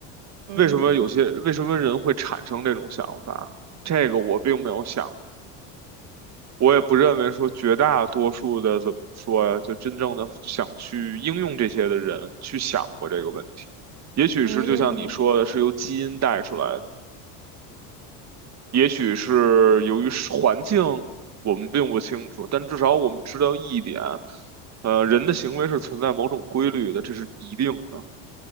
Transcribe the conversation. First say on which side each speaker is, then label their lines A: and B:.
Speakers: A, on the right; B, on the right.
A: 嗯
B: 为什么有些为什么人会产生这种想法？这个我并没有想我也不认为说绝大多数的怎么说呀，就真正的想去应用这些的人去想过这个问题。也许是就像你说的，
A: 嗯。嗯
B: 是由基因带出来的，也许是由于是环境，我们并不清楚，但至少我们知道一点，呃，人的行为是存在某种规律的，这是一定的。